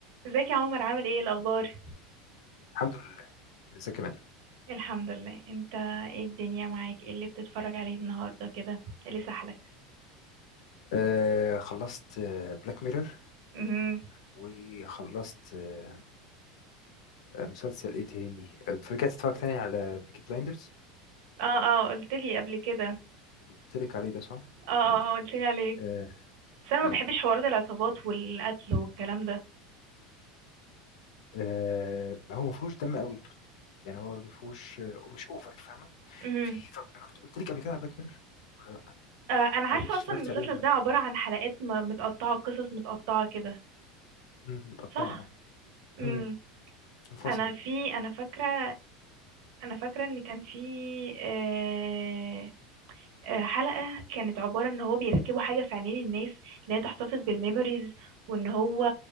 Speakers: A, on the right; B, on the left.
A: ازيك يا عمر عامل ايه الاخبار
B: الحمد لله ازيك يا منى
A: الحمد لله انت ايه الدنيا معاك ايه اللي بتتفرج عليه النهارده كده ايه اللي سحلك
B: آه خلصت بلاك ميرور
A: امم
B: وخلصت آه آه، مسلسل ايه تاني آه، رجعت اتفرج تاني على بيكي بلايندرز
A: اه اه قلت لي قبل كده
B: قلت لك عليه ده صح؟
A: اه اه
B: مم.
A: اه قلت لي عليه
B: آه
A: بس انا ما
B: مم.
A: بحبش حوارات العصابات والقتل والكلام ده
B: آه هو ما فيهوش دم قوي يعني هو ما فيهوش آه مش اوفر فاهمه؟
A: امم
B: في طب انا كنت قلت لك قبل كده على بلاك ميرور ولا لا؟
A: آه انا عارفه
B: او انت اتفرجت
A: اصلا المسلسل
B: عليه ولا لا؟
A: ده عباره عن حلقات م- متقطعه قصص متقطعه كده
B: مم، متقطعه
A: صح امم
B: مم، منفصله
A: انا في انا فاكره انا فاكره ان كان في آه، آه، حلقة كانت عبارة ان هو بيركبوا حاجة في عينين الناس ان هي تحتفظ بالميموريز وان هو